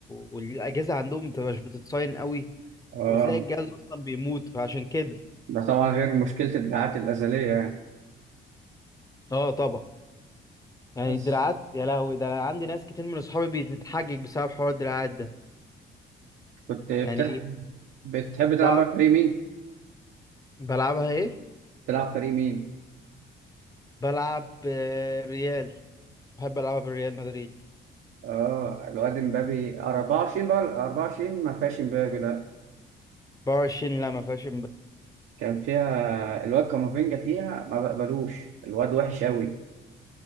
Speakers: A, on the left (about 15°); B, on the right (about 80°).
A: والاجهزه عندهم مبتبقاش بتتصاين قوي
B: اه
A: وتلاقي الجهاز اصلا بيموت فعشان كده
B: ده طبعا غير مشكله الدراعات الازليه يعني
A: اه طبعا يعني
B: بس
A: الدراعات يا لهوي ده انا عندي ناس كتير من اصحابي بتتحجج بسبب حوار الدراعات ده
B: كنت بتلعب
A: يعني
B: بتحب
A: بعض
B: تلعب بقى فريق مين؟
A: بلعبها ايه
B: تلعب فريق مين؟
A: بلعب آه، ريال بحب العبها بالريال مدريد
B: اه الواد امبابي 24 بقى 24 ما فيهاش امبابي لا
A: 24 لا ما فيهاش
B: كان فيها الواد كامافينجا فيها ما بقبلوش الواد وحش أوي